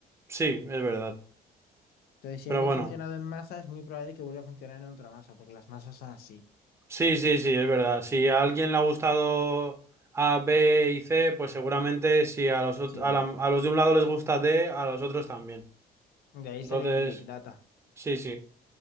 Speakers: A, on the right (about 15°); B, on the left (about 65°).
A: Sí, es verdad.
B: Entonces, si
A: Pero
B: algo
A: bueno,
B: ha funcionado en masa, es muy probable que vuelva a funcionar en otra masa, porque las masas son así.
A: sí, sí, sí, es verdad. Si a alguien le ha gustado A, B y C, pues seguramente si a los, ot-
B: Sí.
A: a la- a los de un lado les gusta D, a los otros también.
B: De ahí
A: Entonces,
B: salió el Big Data.
A: sí, sí.